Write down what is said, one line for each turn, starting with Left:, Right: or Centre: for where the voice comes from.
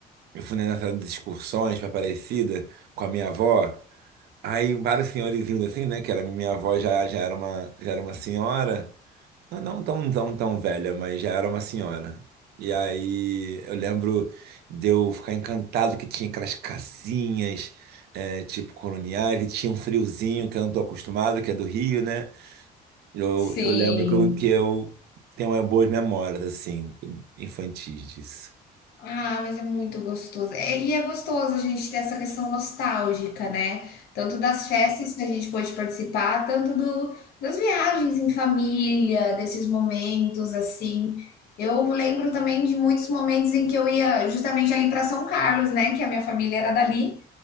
Right: eu fui nessa de excursões para Aparecida com a minha avó. Aí vários senhorizinhos assim, né? Que era minha avó já, já era uma, já era uma senhora. Não, não tão, tão, tão velha, mas já era uma senhora. E aí eu lembro de eu ficar encantado que tinha aquelas casinhas, é, tipo coloniais, e tinha um friozinho que eu não tô acostumado, que é do Rio, né? Eu,
Left: Sim.
Right: eu lembro que eu, que eu tenho umas boas memórias, assim, infantis disso.
Left: Ah, mas é muito gostoso. É, E é gostoso a gente ter essa questão nostálgica, né? Tanto das festas que a gente pôde participar, tanto do, das viagens em família, desses momentos assim. Eu lembro também de muitos momentos em que eu ia justamente ali para São Carlos, né? Que a minha família era dali.